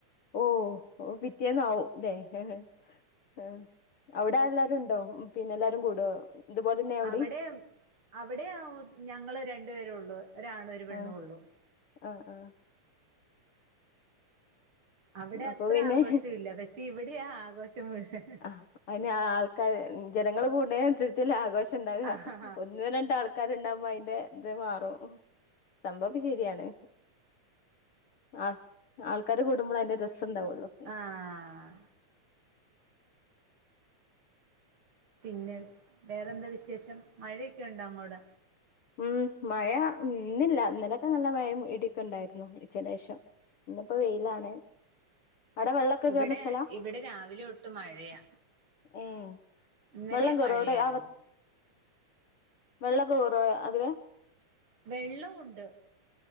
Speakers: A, on the left (about 55°); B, on the right (about 45°).
A: ഓഹ് ഓ പിറ്റേന്നാവും ലേ ആഹ് അവിടെ എല്ലാരുണ്ടോ പിന്നെ എല്ലാരും കൂടോ ഇതുപോലെന്നെ അവിടിം
B: അവിടെ അവിടെ ഞങ്ങള് രണ്ട് പേരോള്ളൂ ഒരാണ്‌ ഒര് പെണ്ണോള്ളൂ
A: ആഹ് ആഹ് ആഹ്
B: അവിടെ
A: അപ്പൊ
B: അത്ര
A: പിന്നെ
B: ആഘോഷവില്ല പക്ഷെ ഇവിട്യാ ആഘോഷം മുഴുവൻ
A: അതെന്നെ ആൾക്കാര് ജനങ്ങള് കൂട്ണേന സരിച്ചല്ലേ ആഘോഷം ഇണ്ടാക
B: ആഹ്
A: ഒന്ന് രണ്ട് ആൾക്കാര്ണ്ടാവുമ്പോ അയിന്റെ ഇത് മാറും സംഭവൊക്കെ ശെരിയാണ് ആഹ് ആൾക്കാര് കൂടുമ്പളെ അയിന്റെ രസണ്ടാവൊള്ളു
B: ആഹ് പിന്നെ വേറെന്താ വിശേഷം മഴയൊക്കെണ്ടോ അങ്ങോട്
A: ഉം മഴ ഇന്നില്ല ഇന്നലൊക്കെ നല്ല മഴം ഇട്യോക്കെണ്ടായിരുന്നു ഉച്ചന്റേഷം ഇന്ന്പ്പം വെയിലാണ് അടെ വെള്ളോക്കെ
B: ഇവിടെ
A: കേറ്ണ സ്ഥലാ
B: ഇവിടെ രാവിലെ തൊട്ട് മഴയാ
A: ഏഹ്
B: ഇന്നലെയും
A: വെള്ളം കെറോ
B: മഴയായിരുന്നു
A: അവ്ടെ അക വെള്ളൊക്കെ കെറോ ആദ്യവെ
B: വെള്ളം ഉണ്ട്